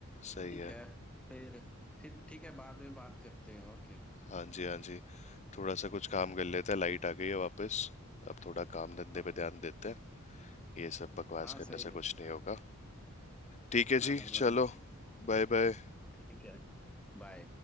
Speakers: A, on the left; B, in the centre.
A: सही
B: ठीक
A: है
B: है फिर फिर ठीक है बाद में बात करते हैं और क्या
A: हाँ जी हाँ जी थोड़ा सा कुछ काम कर लेते हैं लाइट आ गई है वापस अब थोड़ा काम धंधे
B: हाँ
A: पे ध्यान देते हैं ये सब बकवास
B: हाँ
A: करने
B: सही
A: से
B: है
A: कुछ
B: ठीक
A: नहीं
B: है
A: होगा ठीक
B: <laughs>
A: है
B: हाँ
A: जी
B: भाई
A: चलो
B: सही
A: Bye bye
B: ठीक है बाय